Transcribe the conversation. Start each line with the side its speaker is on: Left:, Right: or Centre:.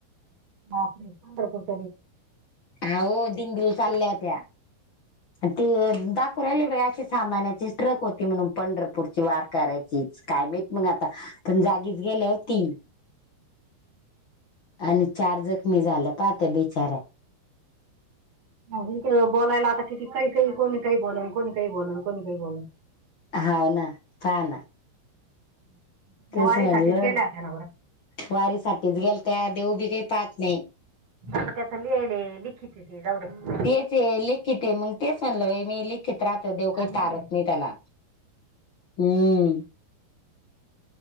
Right: बापरे! <unintelligible>
Left: अहो, दिंडीला चालल्या हो. ते दा <unintelligible> अशी सामानची ट्रक होती म्हणून पंढरपूरची वार करायचीच. काय ब मग आता. पण जागीच गेल्या, तीन. आणि चार जखमी झाल्या. पाहा त्या बिचाऱ्या.
Right: तिथं. बोलायला आता किती काही -काही कोणी काही बोलन, कोणी काही बोलन, कोणी काही बोलन.
Left: हा ना. पाहा ना.
Right: <inaudible>
Left: तेच म्हटलं.
Right: गेल्या होत्या ना बरं
Left: वारीसाठीच गेलत्या. देऊ बी काही पाहत नाही.
Right: आ त्या लिहिले. लिखित ते जाऊद्या.
Left: तेचय. लिखितय, मग तेच म्हणलं बाई मी, लिखित राहतं देव
Right: आणि
Left: काही तारत
Right: काय
Left: नाही त्याला. हम्म.